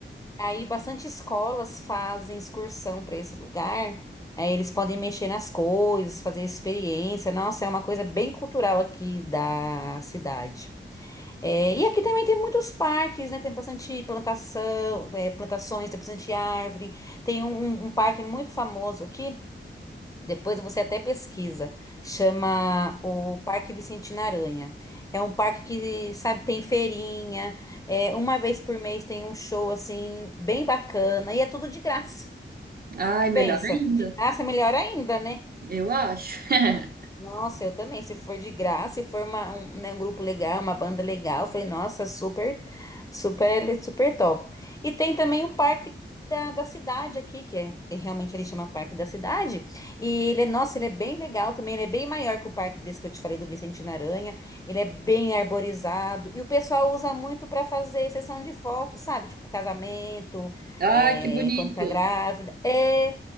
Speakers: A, on the left; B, on the right.
A: Aí bastante escolas fazem excursão para esse lugar. Aí eles podem mexer nas coisas, fazer experiência. Nossa, é uma coisa bem cultural aqui da cidade. É, e aqui também tem muitos parques, né? Tem bastante plantação, é, plantações, tem bastante árvore. Tem um, um- um parque muito famoso aqui. Depois você até pesquisa. Chama o Parque Vicentina Aranha. É um parque que, sabe, tem feirinha. é, uma vez por mês tem um show assim bem bacana e é tudo de graça.
B: Ai, melhor
A: Pensa,
B: ainda,
A: de graça é melhor ainda, né?
B: eu acho. <laughs>
A: Nossa, eu também. Se for de graça, se for uma- um, né, um grupo legal, uma banda legal, eu falei, nossa, super, super, super top. E tem também o Parque da, da Cidade aqui, que é, é realmente ele chama Parque da Cidade. E ele, é- nossa, ele é bem legal também. Ele é bem maior que o parque desse que eu te falei do Vicente Aranha. Ele é bem arborizado. E o pessoal usa muito para fazer sessão de fotos, sabe? Tipo casamento,
B: Ah,
A: é,
B: que bonito.
A: quando tá grávida. É.